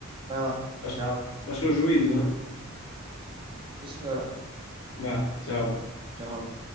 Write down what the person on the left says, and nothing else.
Acho,
acho que é o juízo, né?
Vá, tchau.